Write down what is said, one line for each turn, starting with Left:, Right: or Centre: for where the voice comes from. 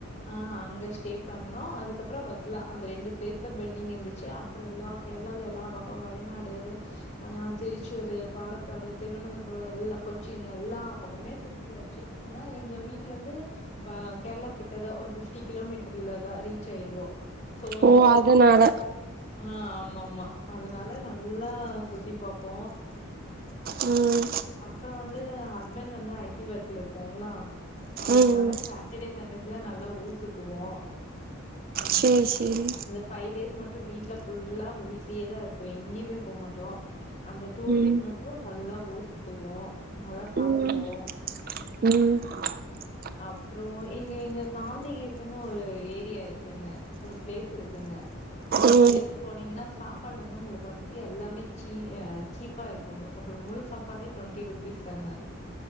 Left: ஆ அங்க ஸ்டே பண்ணோ அதுக்கப்பற வர்க்லா அந்த ரெண்டு பிளேஸு பென்டிங் இருந்துச்சு அ அப்பற எல்லா கேரளால எல்லா பக்கம் வயநாடு ஆ திருச்சூரு பாலக்காடு திருவனந்தபுரம் எல்லா கொ ச்சின் எல்லா பக்கமே சுத்தியாச்சு ஏனா எங்க வீட்ல இருந்து ப கேரளா கிட்டதா ஒரு பிஃப்டி கிலோமீட்டர்ல தா ரீச் ஆயிருவோ சோ வந்து
Right: ஓ
Left: சுத்தி
Right: அதனால
Left: ஆ ஆமா ஆமா அதுனால நல்லா சுத்தி பாப்போ
Right: ம்
Left: அப்பற வந்து ஹஸ்பண்ட் வந்து ஐடி ஒர்க்ல இருக்காங்களா அவ வந்தனால
Right: ம்
Left: ட்டர்டே சன்டேஸ்ல நல்லா ஊர் சுத்துவோ
Right: சேர் சேரி
Left: ஃபை டேஸ் மட்டு வீட்ல ஃபுல்லா வீட்லேயேதா இருப்போ எங்கேயுமே போ மாட்டோ அந்த டூ
Right: ம்
Left: டேஸ் மட்டு நல்லா ஊர் சுத்துவோ நல்லா சாப்புடுவோ
Right: ம் ம்
Left: அப்றோ இங்க இங்க சாந்திகீஸ்ன்னு ஒரு ஏரியா இருக்குங்க ஒரு ப்ளேஸ் இருக்குங்க அந்த
Right: ம்
Left: பிளே போனீங்கன்னா சாப்பாடு வந்து உங்களுக்கு வந்துட்டு எல்லாமே சீ ஆ சீப்பா இருக்குங்க ஒரு முழு சாப்பாடே டொண்ட்டி பீசாங்க